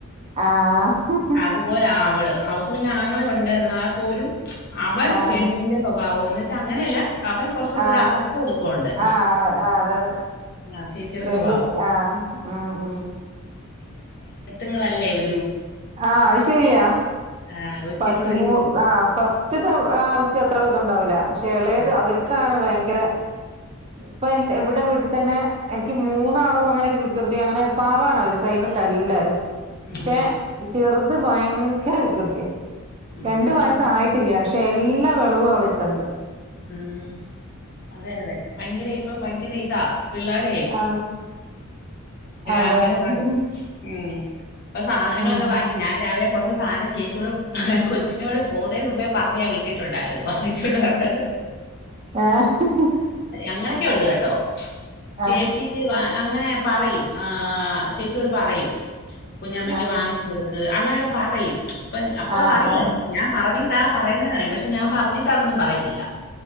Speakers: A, on the right; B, on the left.
A: ആഹ്
B: അതുപോലാ അവള് അവക്ക് പിന്നെ ആങ്ങളഒണ്ട് എന്നാപ്പോലും അവൻ
A: ആഹ്
B: പെണ്ണിൻ്റെ സ്വഭാവോം എന്ന്ച്ച് ഇതെങ്ങനെയല്ല അവൻ കുറച്ചുകൂടെ
A: ആ
B: ഒരു അടക്കം ഒതുക്കം ഉണ്ട്
A: അതെ അതെ
B: ആ, ചേച്ചിയുടെ
A: പെൺകുട്ടി
B: സ്വഭാവം
A: ആ മു മു
B: ങ്ങളല്ലേ ഒ
A: ആ അത്ശരിയ
B: ആ, ഇച്ചിരി
A: പസ്ന്യൂ
B: കൂടെ ഒരു
A: ആ പസ്റ്റ്ദേ ആൾക്ക് അത്ര ഇതെണ്ടാവൂല എളേത്
B: ഉം.
A: അവരിക്കാണ് ഭ യങ്കര ഇപ്പൻ്റെ ഇവിടെ വീട്ടിത്തന്നെ എനിക്ക് മൂന്നാളോങ്ങനെ വ്യകൃതി അങ്ങനെ പാവാണ് അവര് സായിലെന്റ എല്ലാരും
B: ഉം.
A: ശേ ചെറുത് ഇത് ഭയ്ങ്കര വികൃതിയാ
B: ഉം.
A: രണ്ടു വയസ്സായിട്ടില്ല
B: അതാ
A: പാ എല്ലാ വെളവും അവളെത്തണ്ട്
B: ഉം അതെ അതെ ഭയ്ങ്കര ഇപ്പം പയ്ങ്കര ഇ താ പിള്ളാരെ
A: ആഹ് അതെ
B: ആങ്ങനെ കാണും
A: ഉം
B: ഉം പ്പ സാധനങ്ങളൊക്കെ
A: ഉം
B: വാങ്ങിക്കും ഞാൻ രാവിലെ കൊറച്ച് സാധനം ചേച്ചിയോട് കൊച്ചിനോട് പോവുന്നേനുമുമ്പേ പറഞ്ഞ് ഞാൻ വിട്ടിട്ടോണ്ടായിരുന്നു നെച്ചോണ്ട് വറ്ണത്
A: <unintelligible>
B: അങ്ങനെക്കെ ഒണ്ട് കേട്ടോ ച്ച് ചേച്ചിക്ക്
A: ആഹ്
B: വാ അങ്ങനെ പറയും ആ ചേച്ചിയോട് പറയും കുഞ്ഞമ്മക്ക്
A: ആഹ്
B: വാങ്ങി കൊടുക്ക് അങ്ങനക്കെ പറയും അപ്പ
A: ആഹ്
B: അറിയാം
A: ആഹ്
B: ഞാൻ പറഞ്ഞേ ത്താ പറയുന്നേന്നറിയാം പക്ഷേ ഞാൻ പറഞ്ഞിട്ടാനൊന്നും പറയത്തില്ല